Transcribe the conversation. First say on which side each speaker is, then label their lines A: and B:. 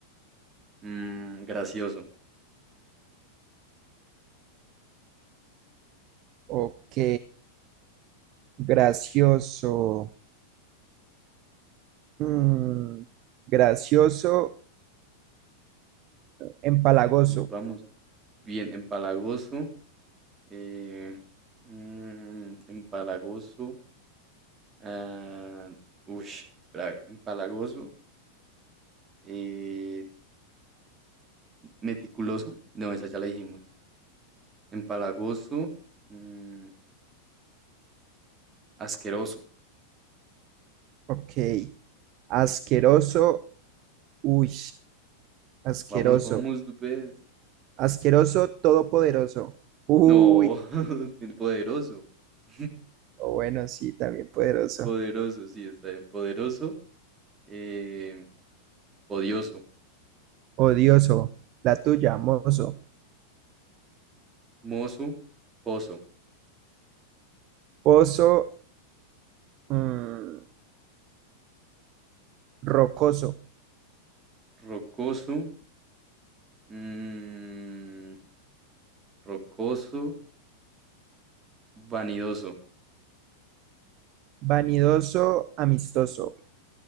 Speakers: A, on the right; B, on the right.
A: mm, gracioso.
B: Ok, gracioso, mm, gracioso, empalagoso.
A: Vamos, vamos. Bien, empalagoso. eh, mm, empalagoso. ah, ush, espera, a ver. Empalagoso. eh, meticuloso. No, esa ya la dijimos. Empalagoso. mm, asqueroso.
B: Ok, asqueroso, uy, asqueroso,
A: Vamos, vamos, tú puedes.
B: asqueroso, todopoderoso. Uy,
A: No, <laughs> tiene poderoso. <laughs>
B: o bueno, sí, también poderoso.
A: Poderoso, sí, está bien. Poderoso. eh, odioso.
B: Odioso, la tuya, mozo,
A: Mozo. Pozo.
B: pozo, mm, rocoso.
A: Rocoso. mm, rocoso, vanidoso,
B: Vanidoso, amistoso.